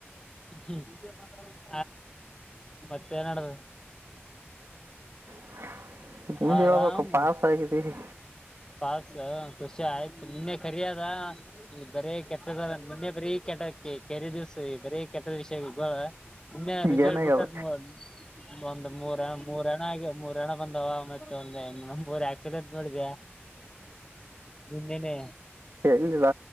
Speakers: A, on the left; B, on the right.
A: <unintelligible> ಮತ್ತೆ ಏನ್ ನಡೆದ.
B: <unintelligible>
A: ಆರಾಮ್
B: ಪಾಸ ಆಗಿದೆ ನಿ.
A: ಪಾಸ್ ಸ. ವಿಷ ಆಯ್ತು ನಿನ್ನೆ ಕರಿ ಅದ ಈ ಬರೀ ಕೆಟ್ಟದ ನಿನ್ನೆ ಬರೀ ಕೆಟ್ಟ ಕಿ ಕೆರೆ ದಿವ್ಸ. ಬರೇ ಕೆಟ್ಟದ ವಿಷಯ ಇವ. ಇನ್ನೆ ರಿಸಲ್ಟ್
B: ಏನಾಗ್ಯದ
A: ಬಿಟ್ಟಾರ ನ ಒಂದ ಮೂರ ಮೂರ ಹಣ ಆಗಿ ಮೂರ ಹಣ. ಬಂದವ ಮತ್ತ ಒಂದ ಮೂರ ಆಕ್ಸಿಡೆಂಟ್ ನೋಡಿದ್ಯಾಾ. ನಿನ್ನೆ ನೆ
B: ಎಲ್ಲಿಲ್ಲ